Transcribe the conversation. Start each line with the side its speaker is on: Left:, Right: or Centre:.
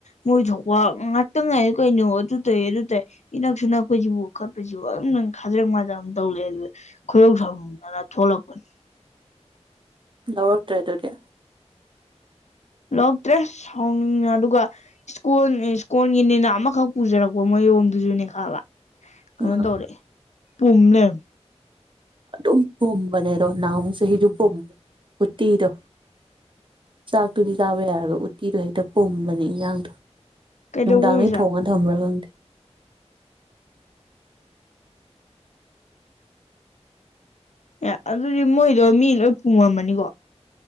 Left: ꯃꯣꯏ ꯊꯣꯛꯄ ꯉꯥꯠꯇꯪ ꯉꯥꯏꯌꯣ ꯀꯩꯅꯣ ꯑꯗꯨ ꯇꯩ ꯑꯗꯨ ꯇꯩ ꯏꯅꯛꯁꯨ ꯅꯛꯄꯖꯤꯕꯨ ꯀꯠꯄꯁꯤꯕꯨ ꯑꯗꯨꯝ ꯈꯗꯔꯛ ꯃꯥꯗ꯭ꯔꯛ ꯑꯝ ꯇꯧ ꯂꯩ ꯈꯣꯢꯗꯧ ꯁꯥꯎꯅꯤꯡꯗꯅ ꯊꯣꯛꯂꯛꯄꯅꯤ
Right: ꯂꯧꯔꯛꯇ꯭ꯔꯦ ꯑꯗꯨꯗꯤ
Left: ꯂꯧꯔꯛꯇ꯭ꯔꯦ ꯁꯥꯎꯅꯤꯡꯉꯦ ꯑꯗꯨꯒ ꯏꯁꯀꯣꯟ ꯏꯁꯀꯣꯟꯜꯒꯤꯅꯦꯅ ꯑꯃꯈꯛ ꯄꯨꯖꯔꯛꯄ ꯃꯌꯣꯝꯗꯨꯖꯨꯅꯦ ꯈꯥꯕ ꯀꯅꯣ
Right: ꯑꯥ
Left: ꯇꯧꯔꯦ ꯄꯨꯝ ꯂꯩꯔꯝ
Right: ꯑꯗꯨꯝ ꯄꯨꯝꯕꯅꯦ ꯑꯗꯣ ꯅꯍꯃꯨꯛ ꯍꯤꯔꯨꯛ ꯄꯨꯝ ꯎꯠꯇꯤꯗꯣ ꯆꯥꯛꯇꯨꯗꯤ ꯆꯥꯕ ꯌꯥꯏꯌꯦꯕ ꯎꯠꯇꯤꯗꯣ ꯍꯦꯛꯇ ꯄꯨꯝꯕꯅꯦ ꯏꯟꯖꯥꯡꯗꯣ
Left: ꯀꯩꯗꯧꯕꯩ
Right: ꯅꯨꯡꯗꯥꯡꯗꯩ
Left: ꯑꯣꯏꯖꯥꯠꯅꯣ
Right: ꯊꯣꯡꯉ ꯊꯝꯕ꯭ꯔ ꯈꯪꯗꯦ
Left: ꯑꯦ ꯑꯗꯨꯗꯤ ꯃꯣꯏꯗꯣ ꯃꯤ ꯂꯣꯏ ꯄꯨꯝꯃꯝꯃꯅꯤꯀꯣ